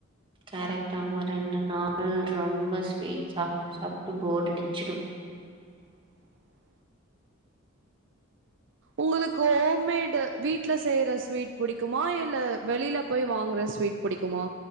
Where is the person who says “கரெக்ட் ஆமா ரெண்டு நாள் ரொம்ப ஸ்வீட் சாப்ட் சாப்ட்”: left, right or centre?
Right